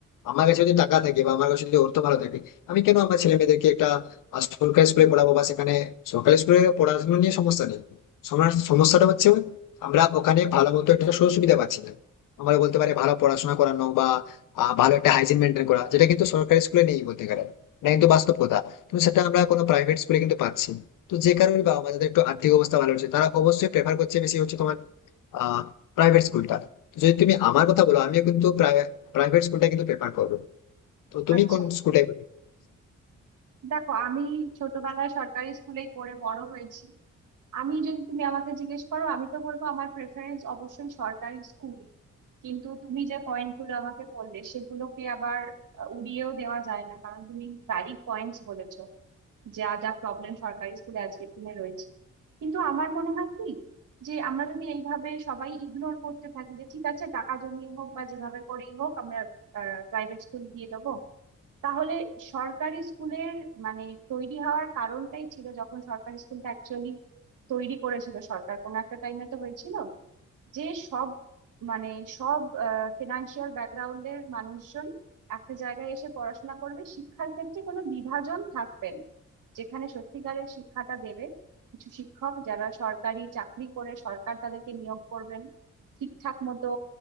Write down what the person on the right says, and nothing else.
আচ্ছা
দেখো আমি ছোটবেলায় সরকারি স্কুলেই পড়ে বড় হয়েছি আমি যদি তুমি আমাকে জিজ্ঞেস করো আমি তো বলবো আমার প্রেফারেন্স অবশ্যই সরকারি স্কুলই কিন্তু তুমি যে পয়েন্ট গুলো আমাকে বললে সেগুলোকে আবার আহ, উড়িয়েও দেওয়া যায় না কারণ তুমি ভ্যালিড পয়েন্টস বলেছো যা যা প্রবলেম সরকারি স্কুলে আজকের দিনে রয়েছে কিন্তু আমার মনে হয় কি যে আমরা যদি এইভাবে সবাই ইগনোর করতে থাকি যে ঠিক আছে টাকা জমিয়ে হোক বা যেভাবে করেই হোক আমরা প্রাইভেট স্কুল দিয়ে দেবো তাহলে সরকারি স্কুলের মানে তৈরি হওয়ার কারণটাই ছিল যখন সরকারি স্কুলটা অ্যাকচুয়ালি তৈরি করেছিল সরকার কোনো একটা টাইমে তো হয়েছিল যে সব মানে সব ফিনান্সিয়াল ব্যাকগ্রাউন্ডের মানুষজন একটা জায়গায় এসে পড়াশোনা করবে শিক্ষার ক্ষেত্রে কোনো বিভাজন থাকবে না যেখানে সত্যিকারের শিক্ষাটা দেবে কিছু শিক্ষক যারা সরকারি চাকরি করে সরকার তাদেরকে নিয়োগ করবেন ঠিকঠাক মতো